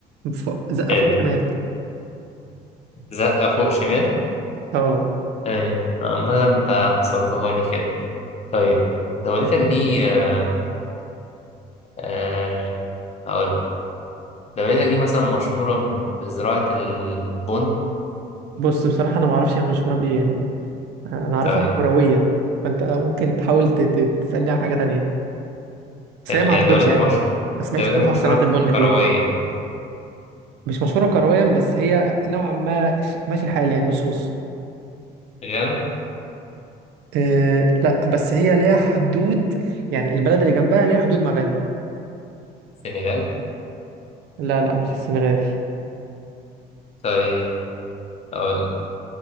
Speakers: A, on the right; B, on the left.
A: فوق- زقه
B: حلو
A: فوق شمال
B: زقة فوق شمال؟
A: اه
B: طيب عمال أنت حصرتها لي كده طيب دولتك دي آه آه، هقول دولتك دي مثلا مشهورة ب- بزراعة البن
A: بص بصراحة أنا معرفش هي مشهورة بإيه يعني أنا أنا أعرفها
B: طيب
A: كرويا فأنت ممكن تحاول ت- ت- تسألني عن حاجة تانية بس
B: حلو.
A: هي ما
B: يعني
A: أعتقدش
B: دولتك
A: يعني
B: مش...
A: ما سمعتش
B: دولتك
A: خالص
B: مشهورة
A: عن صناعة
B: ك-
A: البن
B: كروية
A: فيها
B: يعني
A: مش مشهورة كرويا بس هي نوعا ما ش- ماشي الحال يعني نص نص
B: غانا
A: أه لا بس هي ليها حدود يعني البلد اللي جنبها ليها حدود مع غانا
B: سنغال
A: لا لا مش السنغال
B: طيب أقول